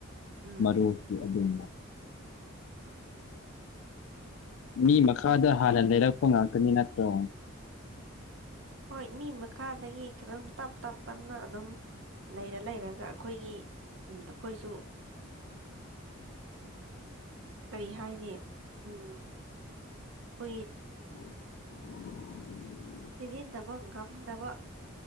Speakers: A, on the right; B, on the left.
A: ꯎꯝ
B: ꯃꯔꯨꯗꯤ ꯑꯗꯨꯅꯤ ꯃꯤ ꯃꯈꯥꯗ
A: ꯑꯗꯨ
B: ꯍꯥꯟꯅ ꯂꯩꯔꯛꯄ ꯉꯥꯛꯇꯅꯤ ꯅꯠꯇ꯭ꯔꯣ
A: ꯍꯣꯏ ꯃꯤ ꯃꯈꯥꯗꯒꯤ ꯈ꯭ꯔꯝ ꯇꯞ ꯇꯞ ꯇꯞꯅ ꯑꯗꯨꯝ ꯂꯩꯔ ꯂꯩꯔꯒ ꯑꯈꯣꯏꯒꯤ ꯎꯝ ꯑꯈꯣꯏꯁꯨ ꯀꯔꯤ ꯍꯥꯏꯅꯤ ꯎꯝ ꯑꯩꯈꯣꯏꯒꯤ
B: <inaudible>
A: ꯁꯤꯖꯤꯟꯅꯕ ꯉꯝꯗꯕ